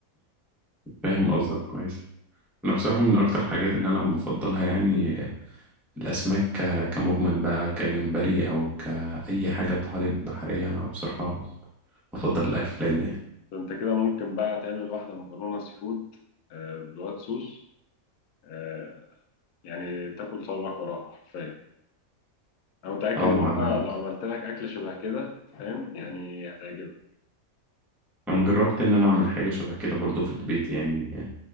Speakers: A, in the centre; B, on the left.
A: فاهم قصدك كويس انا بصراحه من اكتر الحاجات اللي انا بفضلها يعني الاسماك ك- كمجمل بقى كجمبري او كاي حاجه طحالب بحريه انا بصراحه بفضل الاكله دي يعني
B: فانت كده ممكن بقى تعمل واحده مكرونه سي فود آه، بالوايت صوص آه، يعني تاكل صوابعك وراها حرفيا انا متاكد
A: اه
B: ان
A: انا
B: انا لو عملت لك اكله شبه كده فاهم يعني هتعجبك
A: انا جربت ان انا اعمل حاجه شبه كده برضو في البيت يعني